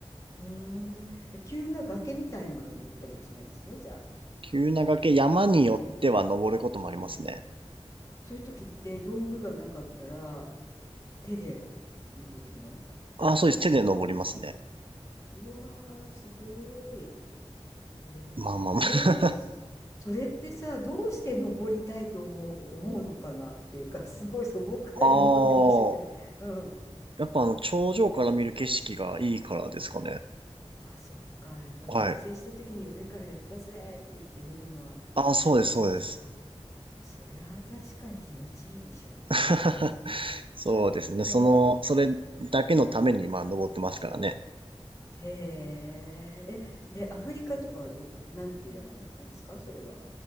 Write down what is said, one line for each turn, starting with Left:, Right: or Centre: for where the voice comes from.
Left: うーん、急な崖みたいのは登ったりはしないんですね、じゃあ。
Right: 急な崖、山によっては登ることもありますね。
Left: そういう時って道具がなかったら手で登っていくの
Right: あ、そうです。手で登りますね。
Left: うわー、すごーい。へえ、
Right: まあまあまあ。
Left: えーそそれってさ、どうして登りたいと思う、思うのかなっていうか、<laughs> すごい素朴な疑問で申し訳ない。
Right: <laughs> ああ、
Left: うん。
Right: やっぱあの、頂上から見る景色がいいからですかね。
Left: あ、そっか。やっぱ達成した時に上からやったぜって言ってみるのは、
Right: はい。あ、そうです、
Left: そ
Right: そうです。
Left: そりゃあ確かに気持ちいいでしょうね。
Right: <laughs> そうですね。
Left: へえ、
Right: その、それだけのために、まあ、登ってますからね。
Left: へえ。え、で、アフリカとかはどこ、なんていう山だったんですか、それは。